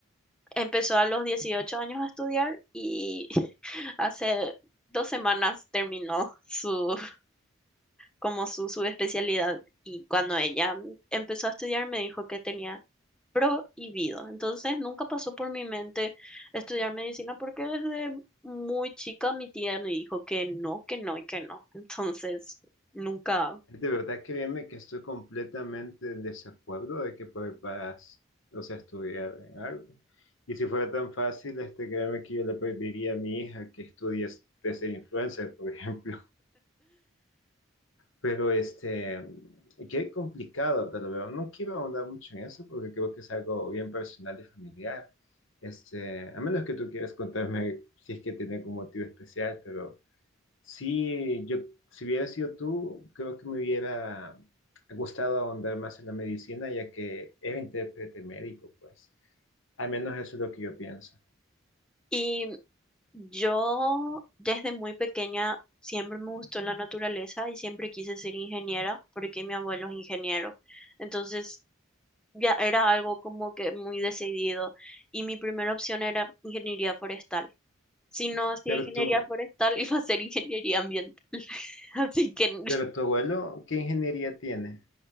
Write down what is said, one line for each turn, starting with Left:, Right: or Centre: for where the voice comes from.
Centre: empezó a los 18 años a estudiar y <laughs> hace dos semanas terminó <laughs> su, como su, su especialidad y cuando ella empezó a estudiar me dijo que tenía prohibido. Entonces nunca pasó por mi mente estudiar medicina porque desde muy chica mi tía me dijo que no, que no y que no. <laughs> Entonces nunca.
Left: De verdad, créeme que estoy completamente en desacuerdo de que pues, vas, o sea, a estudiar en algo. Y si fuera tan fácil, este, créeme que yo le pediría a mi hija que estudie de ser influencer, por <laughs> ejemplo. Pero este, y qué complicado, te lo veo. No quiero ahondar mucho en eso porque creo que es algo bien personal y familiar. Este, a menos que tú quieras contarme si es que tiene algún motivo especial, pero Sí, yo, si hubiera sido tú, creo que me hubiera gustado ahondar más en la medicina, ya que era intérprete médico, pues. Al menos eso es lo que yo pienso.
Centre: Y yo desde muy pequeña siempre me gustó la naturaleza y siempre quise ser ingeniera porque mi abuelo es ingeniero. Entonces ya era algo como que muy decidido y mi primera opción era ingeniería forestal. Si no hacía
Left: Pero
Centre: ingeniería
Left: tú,
Centre: forestal, <laughs> iba a hacer ingeniería ambiental. <laughs> Así que <laughs>
Left: pero tu abuelo, ¿qué ingeniería tiene?